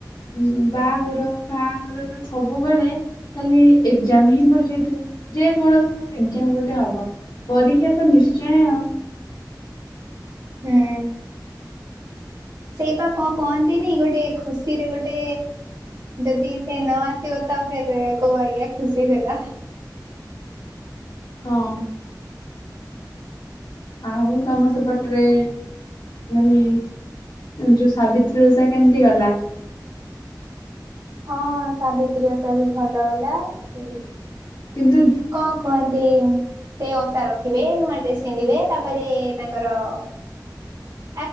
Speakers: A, on the left; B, on the right.
A: ଉଁ ହୁଁ ବାହାଘର ଫାଘରରେ ସବୁବେଳେ ଖାଲି ଏକ୍ଜାମହିଁ ପାଡିଯାଇଥିବ ଯେ କୌଣସି ହଉ ଏକ୍ଜାମ୍ ଗୋଟେ ହବ ପରୀକ୍ଷାତ ନିଶ୍ଚୟ ଆଉ।
B: ହୁଁ। ସେଇପି କଁ କହନ୍ତିନି ଗୋଟେ ଖୁସିରେ ଗୋଟେ ଯଦି ସେ ନ ଆ ଆସିବତ ଆଉ ଫେରେ କୋଉ ଆଜ୍ଞା ଖୁସି ସେଟା।
A: ହଁ। ଆଉ ତମ ସେପଟରେ ମାନେ ଯୋଉ ସାବିତ୍ରୀ ଉଷା କେମିତି ଗଲା?
B: ହଁ ସାବିତ୍ରୀ ଓଷାବି ଭଲ ଗଲା ସେଇ
A: କିନ୍ତୁ
B: କଁ କୁହନ୍ତି ସେଓସା ରଖିବେ ନୂଆ ଡ୍ରେସ୍ ପିନ୍ଧିବେ ତାପରେ ତାଙ୍କର <inaudible>